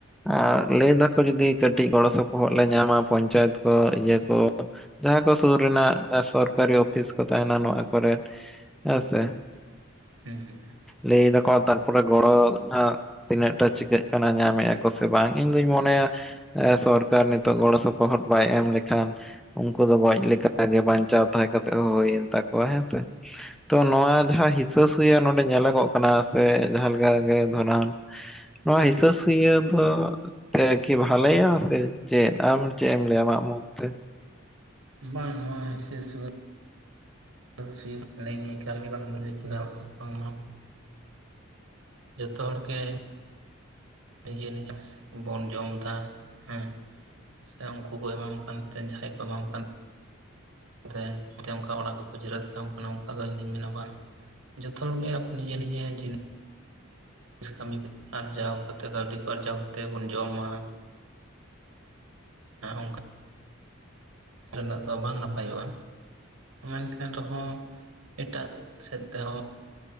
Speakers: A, in the centre; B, on the right (about 80°).
A: ᱟᱨ ᱞᱟᱹᱭ ᱫᱟᱠᱚ ᱡᱚᱫᱤ ᱠᱟᱹᱴᱤᱡ ᱜᱚᱲᱚ ᱥᱚᱯᱚᱦᱚᱫ ᱞᱮ ᱧᱟᱢᱟ ᱾ ᱯᱚᱧᱪᱟᱭᱮᱛ ᱠᱚ ᱤᱭᱟᱹ ᱠᱚ᱾ ᱡᱟᱦᱟᱸ ᱠᱚ ᱥᱩᱨ ᱨᱮᱱᱟᱜ ᱥᱚᱨᱠᱟᱨᱤ ᱚᱯᱷᱤᱥ ᱠᱚ ᱛᱟᱦᱮᱱᱟ ᱾ ᱱᱚᱣᱟ ᱠᱚᱨᱮ ᱦᱮᱸ ᱥᱮ
B: ᱦᱩᱸ ᱦᱩᱸ
A: ᱞᱟᱹᱭ ᱫᱟᱠᱚ ᱛᱟᱨᱯᱚᱨᱮ ᱜᱚᱲᱚ ᱱᱟᱜ ᱛᱤᱱᱟᱹᱜᱴᱟ ᱪᱤᱠᱟᱹᱜ ᱠᱟᱱᱟ, ᱧᱟᱢᱮᱫ-ᱟ ᱠᱚ ᱥᱮ ᱵᱟᱝ, ᱤᱧ ᱫᱩᱧ ᱢᱚᱱᱮᱭ-ᱟ᱾ ᱮ ᱥᱚᱨᱠᱟᱨ ᱱᱤᱛᱚᱜ ᱜᱚᱲᱚ ᱥᱚᱯᱚᱦᱚᱫ ᱵᱟᱭ ᱮᱢ ᱞᱮᱠᱷᱟᱱ᱾ ᱩᱱᱠᱩ ᱫᱚ ᱜᱚᱡ ᱞᱮᱠᱟᱜᱮ ᱵᱟᱧᱪᱟᱣ ᱛᱟᱦᱮᱸ ᱠᱟᱛᱮᱜ ᱦᱩᱭᱮᱱ ᱛᱟᱠᱚᱣ-ᱟ, ᱦᱮᱸ ᱥᱮ᱾ ᱛᱚ ᱱᱚᱣᱟ ᱡᱟᱦᱟᱸ ᱦᱤᱥᱟᱹ ᱥᱩᱭᱟᱹ ᱱᱚᱰᱮᱸ ᱧᱮᱞᱚᱜᱚᱜ ᱠᱟᱱᱟ᱾ ᱥᱮ ᱡᱟᱦᱟᱸ ᱞᱮᱠᱟ ᱜᱮ ᱫᱷᱚᱱᱟᱱ ᱱᱚᱣᱟ ᱦᱤᱥᱟᱹ ᱥᱤᱭᱟᱹ ᱫᱚ ᱛᱮ ᱠᱤ ᱵᱷᱟᱞᱮᱭ-ᱟ ᱾ ᱥᱮ ᱪᱮᱫ ᱟᱢ ᱪᱮᱫ ᱮᱢ ᱞᱟᱹᱭ ᱮᱫᱟ ᱟᱢᱟᱜ ᱢᱚᱛ ᱛᱮ?
B: ᱵᱟᱝ ᱱᱚᱣᱟ ᱦᱤᱥᱟᱹ ᱥᱩᱣᱟᱹ ᱦᱤᱥᱟᱹ ᱥᱩᱭᱟᱹ ᱞᱟᱹᱭ ᱤᱧ ᱮᱠᱟᱞ ᱜᱮ ᱵᱟᱝ ᱵᱷᱟᱞᱤ ᱪᱮᱫᱟᱜ ᱵᱟᱝᱢᱟ᱾ ᱡᱷᱚᱛᱚ ᱦᱚᱲ ᱜᱮ ᱱᱤᱡᱮ ᱱᱤᱡᱮ ᱵᱚᱱ ᱡᱚᱢ ᱮᱫᱟ ᱦᱮᱸ᱾ ᱥᱮ ᱩᱱᱠᱩ ᱠᱚ ᱮᱢᱟᱢ ᱠᱟᱱᱛᱮ, ᱡᱟᱦᱟᱸᱭ ᱠᱚ ᱮᱢᱟᱢ ᱠᱟᱱ ᱚᱱᱟ ᱛᱮ ᱛᱮ ᱚᱱᱠᱟ ᱚᱲᱟᱜ ᱠᱚᱼᱠᱚ ᱡᱤᱨᱟᱹᱮᱫ ᱥᱟᱢ ᱠᱟᱱᱟ ᱚᱱᱠᱟ ᱫᱚ ᱤᱧᱫᱩᱧ ᱢᱮᱱᱟ ᱵᱟᱝ? ᱡᱷᱚᱛᱚ ᱦᱚᱲᱜᱮ ᱱᱤᱡᱮ - ᱱᱤᱡᱮ ᱡᱤ ᱠᱟᱹᱢᱤ ᱠᱚ ᱟᱨᱡᱟᱣ ᱠᱟᱛᱮ, ᱠᱟᱹᱣᱰᱤ ᱠᱚ ᱟᱨᱡᱟᱣ ᱠᱟᱛᱮ ᱵᱚᱱ ᱡᱚᱢᱟ᱾ ᱚᱱᱠᱟ ᱨᱮᱱᱟᱜ ᱫᱚ ᱵᱟᱝ ᱱᱟᱯᱟᱭᱚᱜ-ᱟ᱾ ᱢᱮᱱᱠᱷᱟᱱ ᱨᱮ ᱦᱚᱸ ᱮᱴᱟᱜ ᱥᱮᱫ ᱛᱮᱦᱚᱸ